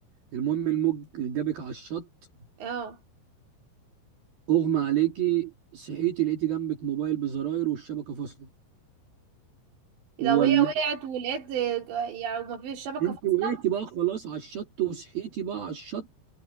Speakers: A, on the right; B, on the right.
A: المهم الموج جابك على الشط
B: اه
A: اغمى عليكي صحيتي لقيتي جنبك موبايل بزراير والشبكه فاصله
B: لو
A: ولا
B: هي وقعت ولقيت آه، يعني ما فيش شبكة
A: انت
B: فاصلة
A: وقعتي بقى خلاص على الشط وصحيتي بقى على الشط